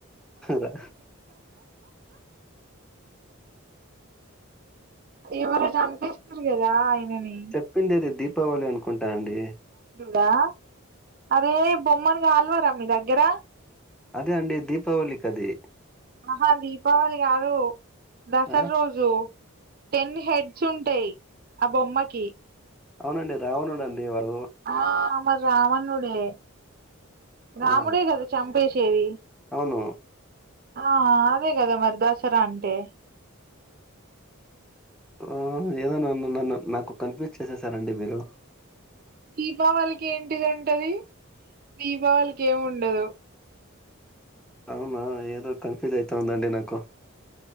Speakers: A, in the centre; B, on the right (about 45°).
A: రా
B: ఎవరొ చంపేస్తరు కదా ఆయనని
A: చేపిండేది దీపావళి అనుకుంటా అండి
B: దా అరే బొమ్మనుగా గాల్వారా మీ దగ్గర
A: అదే అండి దీపావళికి అది
B: ఆహా దీపావళి గాదు దసర్
A: ఆ!
B: రోజు టెన్ హెడ్స్ ఉంటాయి ఆ బొమ్మకి
A: అవునండి రావునుడండి వారు
B: ఆ మరి రావణుడే రాముడే
A: ఆ!
B: గద చెంపేసేది
A: అవును.
B: ఆ అదే కదా మరి దసరా అంటే
A: ఊ ఏదో నన్ను నన్ను నాకు కన్ఫ్యూజ్ చేసేసారండి మీరు
B: దీపావళికి ఏంటిది ఉంటది దీపావళికి ఏమి ఉండదు
A: అవునా ఏదో కన్ఫ్యూజ్ అయితావుంది అండి నాకు